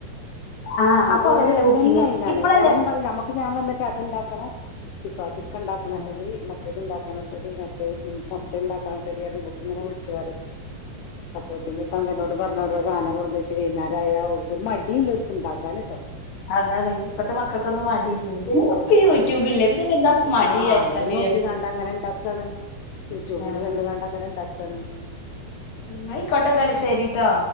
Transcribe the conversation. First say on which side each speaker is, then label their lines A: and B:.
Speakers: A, on the left; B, on the left.
A: ആഹ്
B: ഇന്നട്ട്
A: അപ്പൊ
B: ഓള്
A: അവരല്ലേ
B: വരന്നന്നെ
A: കുക്കിങ്
B: അയിനാണ്
A: ഇപ്പളല്ലേ
B: ഓളന്നെ പറിം ഞമ്മക്ക് ഞാൻ വന്നിട്ട് അത്ണ്ടാക്കണം ഫിഫാജ് ക്കെ ഉണ്ടാക്കണട്ടെടി
A: ആ.
B: മറ്റേത് ഉണ്ടാക്കണട്ടെടി മറ്റേത് മർച്ചത് ഉണ്ടാക്കണട്ടടിയർഞ്ഞ് ഇവക്ക് ഇങ്ങനെ വിളിച്ച് പറിം അപ്പോത്തേന് തന്തേനോട് പറഞ്ഞ് ഓരോ സാധനം കൊടുന്നെച്ച് വൈന്നാരായ ഓൽക്കൊര് മടിയില്ല ഓൽക്ക്ണ്ടാക്കാനുട്ടോ
A: അതാണ് ഇപ്പത്തെ മക്കക്കൊന്നും മടിയില്ലേ പിന്നെ ഒക്കെ ഈ യൂട്യൂബില്ലേ
B: ആഹ്
A: പിന്നെ ഇപ്പം എന്താപ്പം മടി
B: ആഹ്
A: വിചാരിക്കാന്
B: അയില് നോക്കികാണ്ടങ്ങനെ
A: വിചാരിച്ച്
B: ഇണ്ടാക്കാണ് യൂട്യൂബില്
A: ആഹ്
B: കണ്ട്കാണ്ടങ്ങനെ ഇണ്ടാക്കാണ്
A: ഇന്നായിക്കൊട്ടെന്നാല് ശെരിട്ടൊ